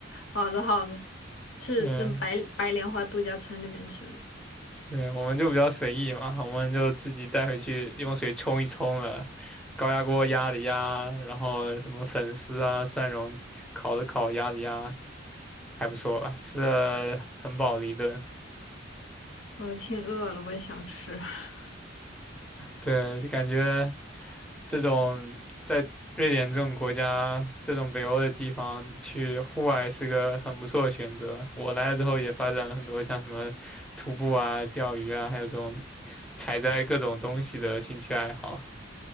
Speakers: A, on the left; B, in the centre.
A: 好的好的，是那白白莲花度假村里面吃的，
B: 嗯，对，我们就比较随意嘛，我们就自己带回去用水冲一冲了，高压锅压的压，然后什么粉丝啊、蒜蓉烤的烤、压的压，还不错吧，吃的很饱的一顿。
A: 我挺饿了，我也想吃。<laughs>
B: 对，就感觉这种在瑞典这种国家，这种北欧的地方去户外是个很不错的选择。我来了之后也发展了很多像什么徒步啊、钓鱼啊，还有这种采摘各种东西的兴趣爱好。